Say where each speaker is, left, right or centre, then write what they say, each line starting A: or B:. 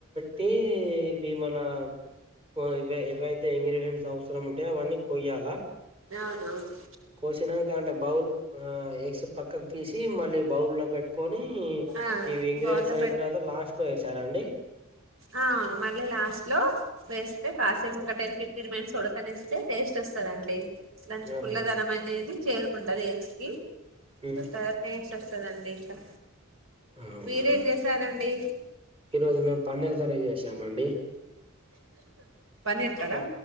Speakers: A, on the right; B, on the right.
A: తె ఇది మన కో ఇవే ఏవైతే ఇంగ్రిడియంట్స్ అవసరం ఉంటాయో అవన్నీ కొయ్యాల
B: అవునువును
A: కోసినాక అంటే బౌల్ ఆ ఎగ్స్ పక్కక్ తీసి మళ్ళీ బౌల్ లో పెట్ కొని
B: ఆ
A: ఇవి ఇంగ్రీడియంట్స్
B: బౌల్లో
A: అయిన తర్వాత లాస్ట్ లో వేశారండి
B: అ అవును మళ్ళీ లాస్ట్ లో వేస్తే కాసేపు ఇంకా టెన్ ఫిఫ్టీన్ మినిట్స్ ఉడక్కనిస్తే టేస్ట్ వస్తదండి దంచి ఫుల్లదనం
A: ఆహా
B: అనేది చేరుకుంటది ఎగ్స్ కి
A: ఉమ్
B: సూపర్ టేస్ట్ వస్ వస్తదండి ఇంకా
A: అవునా
B: మీరేం చేస్తారండి
A: ఈరోజు మేము పన్నీర్ కర్రీ చేసామండి
B: పన్నీర్ కర్ర
A: ప